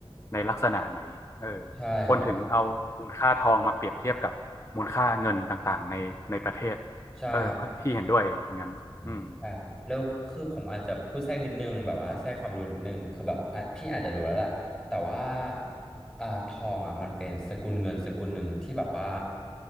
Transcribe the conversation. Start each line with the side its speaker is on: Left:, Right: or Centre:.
Left: ในลักษณะไหนเออ
Centre: ใช่ครับ
Left: คนถึงเอามูลค่าทองมาเปรียบเทียบกับมูลค่าเงินต่างๆในในประเทศ
Centre: ใช่ครับ
Left: เออพี่เห็นด้วยอย่างนั้นอืม
Centre: อืมแต่แล้วคือผมอาจจะพูดแทรกนิดนึงแบบว่าแทรกความรู้นิดนึงคือแบบอ่ะพี่อาจจะรู้แล้วแหละแต่ว่าอ่าทองอ่ะมันเป็นสกุลเงินสกุลหนึ่งที่แบบว่า